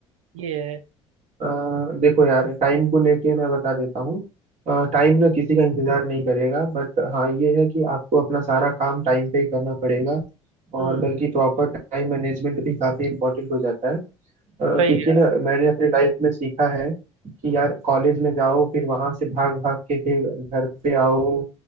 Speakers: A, on the right; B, on the right.
A: ये है
B: अ, देखो यार टाइम को लेके मैं बता देता हूँ टाइम ना किसी का इंतजार नहीं करेगा बट हाँ ये है कि आपको अपना सारा काम टाइम पे ही करना पड़ेगा और
A: हम्म
B: बल्कि प्रॉपर टाइम मैनेजमेंट भी काफी इंपॉर्टेंट हो जाता है अ, क्योंकि
A: सही कह
B: ना मैंने अपने लाइफ में सीखा है कि यार कॉलेज में जाओ फिर वहां से भाग भाग के फिर घर पे आओ